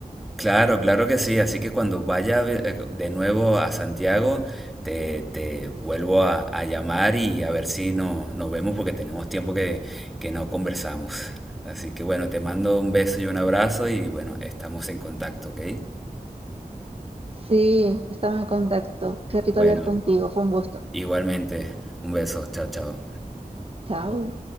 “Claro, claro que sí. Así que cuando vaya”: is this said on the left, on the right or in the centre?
Centre